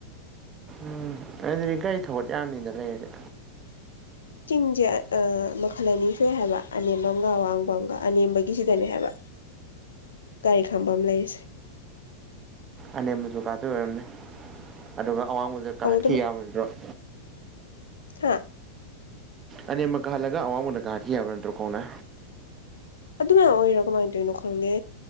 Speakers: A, on the right; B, on the left.
A: ꯎꯝ ꯑꯗꯨꯗꯤ ꯒꯥꯔꯤ ꯊꯧꯒꯠ ꯌꯥꯝꯅꯤꯗ ꯂꯩꯔꯗꯤ꯫
B: ꯆꯤꯡꯁꯦ ꯑꯩ ꯃꯈꯜ ꯑꯅꯤ ꯁꯨꯏ ꯍꯥꯏꯕ ꯑꯅꯦꯝꯕꯝꯒ ꯑꯡꯕꯝꯒ ꯑꯅꯦꯝꯕꯒꯤꯁꯤꯗꯅꯦ ꯍꯥꯏꯕ ꯒꯥꯔꯤ ꯈꯥꯐꯝ ꯂꯩꯔꯤꯁꯦ꯫
A: ꯑꯅꯦꯝꯕꯖꯨ ꯀꯥꯗꯣꯏ ꯑꯣꯏꯔꯝꯅꯤ ꯑꯗꯨꯒ ꯑꯋꯥꯡꯕꯗ ꯀꯥꯈꯠꯈꯤ
B: ꯑꯧ
A: ꯌꯥꯕ ꯅꯠꯇꯔꯣ?
B: ꯍꯥꯥ
A: ꯑꯅꯦꯝꯕ ꯀꯈꯠꯂꯒ ꯑꯋꯥꯕꯅ ꯀꯥꯈꯠꯈꯤ ꯌꯥꯕꯥ ꯅꯠ ꯇꯔꯣ ꯈꯣꯡꯅꯥ꯫
B: ꯑꯗꯨꯃꯥꯏ ꯑꯣꯏꯔꯣ ꯀꯃꯥꯏꯅ ꯇꯧꯔꯤꯅꯣ ꯈꯪꯗꯦ꯫